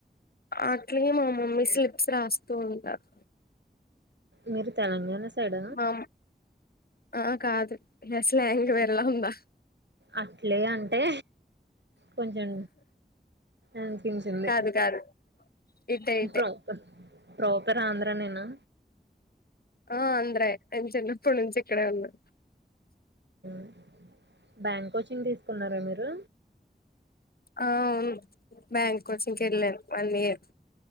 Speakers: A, on the left; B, on the right.
A: అట్లే మా మమ్మీ స్లిప్స్ రాస్తూ ఉంటారు.
B: మీరు తెలంగాణ స సైడ
A: మా ఆ కాదు ఎ స్లెంగ్ వెరలా ఉందా.
B: అట్లే అంటే కొంచెం అనిపించింది
A: కాదు కాదు ఇటే ఇటే
B: ప్రాపర్ ప్రాపర్ ఆంధ్రా నేనా
A: ఆ ఆంధ్రే నేన్ చిన్నప్పున్నించి ఇక్కడే ఉన్నా
B: <inaudible> బ్యాంక్ కోచింగ్ తీసుకున్నారా మీరు
A: అ అవును బ్యాంక్ కోచింగ్ కెళ్ళాను వన్ ఇయర్